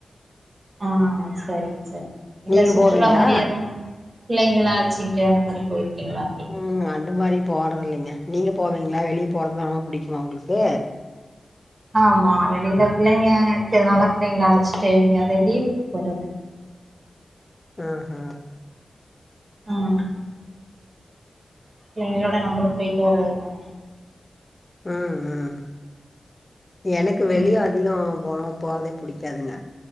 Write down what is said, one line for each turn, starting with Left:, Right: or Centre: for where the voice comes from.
Right: ஆ சரி சரி இல்ல
Left: நீங்க
Right: சுற்றுலா
Left: போவீங்களா
Right: மாறி எதும் பிள்ளங்கல்லா அழச்சிட்டு அந்த மாறி போயிருக்கீங்ளா
Left: ம் அந்த மாறி போறதில்லங்க நீங்க போவீங்ளா வெளிய போறதுதா ரொம்ப புடிக்குமா உங்களுக்கு
Right: ஆமா வெளில பிள்ளங்க இருக்கறதுனால பிள்ளங்கள அழச்சிட்டு எங்கயாவது லீவுக்கு போறது
Left: அ ஆ
Right: உம் பிள்ளங்களோட நம்மலும் போயிட்டு வரது தானே
Left: உம் உம் எனக்கு
Right: ம்
Left: வெளியாள் அதிகோ போ போறதே புடிக்காதுங்க